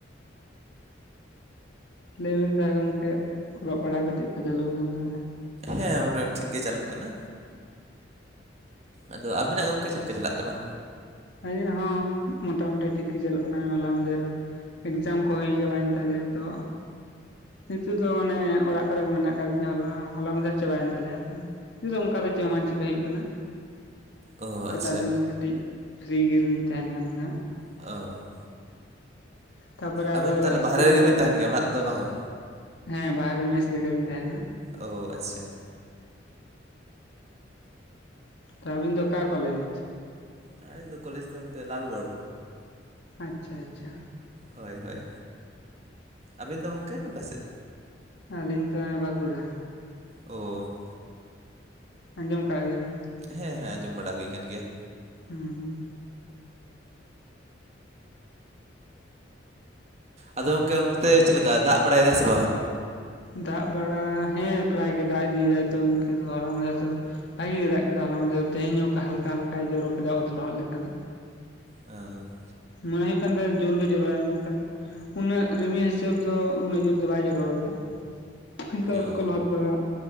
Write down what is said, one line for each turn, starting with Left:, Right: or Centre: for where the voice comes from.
Left: ᱞᱟᱹᱭᱵᱮᱱ ᱛᱟᱦᱞᱮ ᱜᱚᱢᱠᱮ ᱚᱞᱚᱜ ᱯᱟᱲᱦᱟᱣ ᱠᱚ ᱪᱮᱫ ᱞᱮᱠᱟ ᱪᱟᱹᱞᱩ ᱟᱠᱟᱱ ᱛᱟᱹᱵᱤᱱᱟ?
Right: ᱦᱮᱸ ᱚᱸᱰᱮ ᱴᱷᱤᱠ ᱜᱮ ᱪᱟᱹᱞᱩᱜ ᱠᱟᱱᱟ᱾ ᱟᱫᱚ ᱟᱹᱵᱤᱱᱟᱜ ᱜᱚᱢᱠᱮ ᱪᱮᱫ ᱞᱮᱠᱟ ᱪᱟᱞᱟᱜ ᱠᱟᱱᱟ?
Left: ᱤᱧᱟᱹᱜ ᱦᱚᱸ ᱢᱚᱴᱟᱢᱩᱴᱤ ᱴᱷᱤᱠ ᱜᱮ ᱪᱟᱞᱚᱜ ᱠᱟᱱᱟ᱾ ᱦᱚᱞᱟ ᱢᱟᱦᱫᱮᱨ ᱮᱠᱡᱟᱢ ᱠᱚ ᱦᱩᱭ ᱪᱟᱵᱟᱭᱮᱱ ᱛᱟᱞᱮᱭᱟ ᱛᱚ ᱱᱤᱛᱚᱜ ᱫᱚ ᱢᱟᱱᱮ ᱚᱲᱟᱜ ᱠᱚᱨᱮᱜ ᱜᱮ ᱢᱮᱱᱟᱜ ᱟᱠᱟᱫ ᱞᱤᱧᱟ ᱦᱚᱞᱟ ᱦᱚᱞᱟ ᱢᱟᱫᱷᱮᱨ ᱪᱟᱵᱟᱭᱮᱱ ᱛᱟᱞᱮᱭᱟ ᱛᱚ᱾ <unintelligible> ᱫᱚ ᱚᱱᱠᱟ ᱫᱚ ᱪᱮᱫ ᱦᱚᱸ ᱵᱟᱝ ᱪᱤᱠᱟᱹ ᱦᱩᱭᱩᱜ ᱠᱟᱱᱟ᱾
Right: ᱚ
Left: ᱜᱚᱴᱟ
Right: ᱟᱪᱪᱷᱟ
Left: ᱫᱤᱱ ᱠᱟᱹᱴᱤᱡ ᱯᱷᱨᱤ ᱜᱮᱞᱤᱧ ᱛᱟᱦᱮᱱᱟ ᱟᱹᱞᱤᱧ ᱦᱟᱸᱜ ᱾
Right: ᱚ
Left: ᱛᱟᱨᱯᱚᱨᱮ
Right: ᱟᱹᱵᱤᱱ
Left: ᱟᱨᱚ
Right: ᱛᱟᱦᱚᱞᱮ
Left: ᱟᱥᱛᱮ
Right: ᱵᱟᱦᱨᱮ
Left: ᱟᱥᱛᱮ
Right: ᱨᱮᱜᱮ ᱵᱤᱱ ᱛᱟᱦᱮᱱ ᱜᱮᱭᱟ ᱚᱲᱟᱜ ᱨᱮᱫᱚ ᱵᱟᱝᱟ?
Left: ᱦᱮᱸ ᱵᱟᱨᱮ ᱢᱮᱥ ᱨᱮᱜᱮ ᱞᱤᱧ ᱛᱟᱦᱮᱱᱟ᱾
Right: ᱚᱳ ᱟᱪᱷᱟ
Left: ᱚ ᱟᱹᱵᱤᱱ ᱫᱚ ᱚᱠᱟ ᱠᱚᱞᱮᱡᱽ?
Right: ᱟᱞᱤᱧ ᱫᱚ ᱠᱚᱞᱮᱡᱽ ᱫᱚ ᱦᱟᱱᱛᱮ ᱞᱟᱞᱜᱚᱲ
Left: ᱟᱪᱪᱷᱟ ᱟᱪᱪᱷᱟ
Right: ᱦᱳᱭ ᱦᱳᱭ ᱟᱹᱵᱤᱱ ᱫᱚ ᱜᱚᱢᱠᱮ ᱚᱠᱟᱥᱮᱫ?
Left: ᱟᱹᱞᱤᱧ ᱫᱚ ᱵᱟᱸᱠᱩᱲᱟ
Right: ᱳ
Left: ᱟᱸᱡᱚᱢ ᱟᱠᱟᱫ ᱜᱮᱭᱟᱵᱤᱱ?
Right: ᱦᱮᱸ ᱦᱮᱸ ᱟᱸᱡᱚᱢ ᱵᱟᱲᱟ ᱦᱩᱭ ᱠᱟᱱ ᱜᱮᱭᱟ
Left: ᱦᱩᱸ ᱦᱩᱸ
Right: ᱟᱫᱚ ᱜᱚᱝᱠᱮ ᱚᱱᱛᱮ ᱪᱮᱫ ᱞᱮᱠᱟ ᱫᱟᱜ ᱵᱟᱲᱟᱭ ᱫᱟᱭ ᱥᱮ ᱵᱟᱝᱟ?
Left: ᱫᱟᱜ ᱵᱟᱲᱟ ᱦᱮᱸ ᱯᱨᱟᱭ ᱜᱮ ᱫᱟᱜ ᱤᱫᱤᱭᱮᱫᱟᱭᱛᱚ ᱤᱱᱠᱟᱹ ᱤᱱᱠᱟᱹ ᱦᱚᱞᱟ ᱢᱟᱫᱷᱮᱨ ᱫᱚ ᱵᱷᱟᱜᱤ ᱜᱮ ᱫᱟᱜ ᱠᱮᱫᱟ ᱦᱚᱞᱟᱢᱟᱫᱷᱮᱨ ᱛᱮᱦᱧ ᱚᱱᱠᱟ ᱦᱟᱞᱠᱟ ᱦᱟᱞᱠᱟᱭ ᱡᱚᱨᱚ ᱠᱮᱫᱟ ᱚᱛ ᱞᱚᱦᱚᱫ ᱞᱮᱠᱟ ᱫᱚ
Right: ᱦᱟᱸ
Left: ᱢᱚᱱᱮ ᱦᱩᱭᱩᱜ ᱠᱟᱱ ᱛᱟᱭᱟ ᱡᱳᱨᱜᱮ ᱡᱚᱨᱟᱭ ᱢᱮᱱᱠᱷᱟᱱ ᱩᱱᱟᱹᱜ ᱨᱤᱢᱤᱭᱟᱹ ᱦᱤᱥᱟᱹᱵᱽ ᱫᱚ ᱩᱱᱟᱹᱜ ᱡᱳᱨ ᱫᱚ ᱵᱟᱭ ᱡᱚᱨᱟ, <inaudible> ᱤᱱᱠᱟ ᱚᱛ
Right: ᱚ
Left: ᱠᱚ ᱞᱚᱦᱚᱫ ᱵᱟᱲᱟ